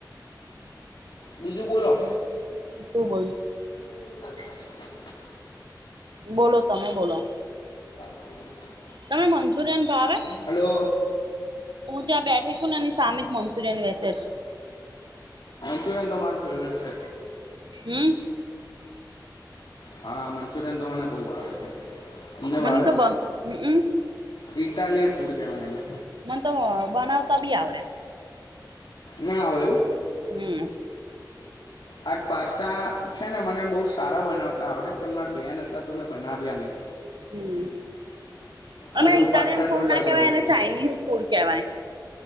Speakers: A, on the left; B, on the right.
A: બીજું બોલો
B: તું બોલ
A: <unintelligible>
B: બોલો તમે બોલો
A: <inaudible>
B: તમને મંચુરિયન ભાવે?
A: હલો
B: હું જ્યાં બેઠી છું ને એની સામે જ મંચુરિયન વેચે છે.
A: મંચુરિયન તો મારું ફેવરેટ છે.
B: હમ
A: હા મંચુરયન તો મને બહુ ભાવે છે. તમને
B: મન
A: ભાવે
B: તો બહુ હમ અમ
A: ઇટાલિયન ફૂડ કેવાય એને
B: મન તો અ બનાવતા બી આવડે
A: ના આવે એવું
B: હમ
A: આજ પાસ્તા છે ને મને બહુ સારા બનાવતા આવડે પણ મારા બેન હતા તો મેં બનાવ્યા નહી
B: હમ
A: આજે
B: અમે
A: હું
B: ઇટાલિયન
A: પાસ્તા
B: ફૂડ
A: જોરદાર
B: ના
A: બનાવું
B: કેવાય અને
A: છું
B: ચાઇનીઝ ફૂડ કેવાય